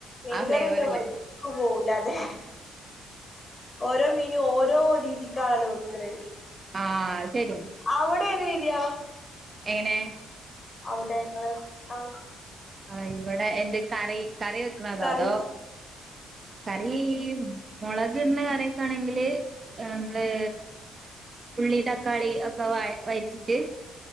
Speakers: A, on the left; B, on the right.
A: മീൻ
B: ആ ഫ്ലേവറില്ലേ
A: കറിന്റെ വഴിക്ക് പോവൂല അതെ ഓരോ മീനും ഓരോ രീതിക്കാണല്ലോ വെക്കണേ
B: ആ ശരി
A: അവിടെ ഏത് രീതിയാ
B: എങ്ങനെ
A: അവിടെ ങ്ങള് ആ
B: ആഹ ഇവിടെ എന്ത് കറി കറി വെക്കണതോ
A: കറി
B: അതോ കറി മുളക് ഇടുന്ന കറിയൊക്കെ ആണെങ്കില് നമ്മള് ഉള്ളി തക്കാളി ഒക്കെ വ വഴറ്റിട്ട്